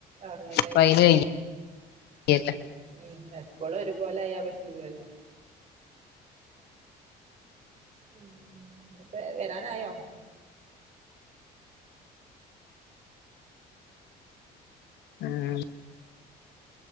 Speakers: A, on the right; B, on the left.
A: അറങ്ങനെല്ല
B: ഇപ്പ അയിന് വയ്യല്ലോ
A: ഉം എപ്പളും ഒരുപോലെ ആയാ പറ്റൂലല്ലോ ഉം ന്നട്ട് വരാനായോ
B: ഉം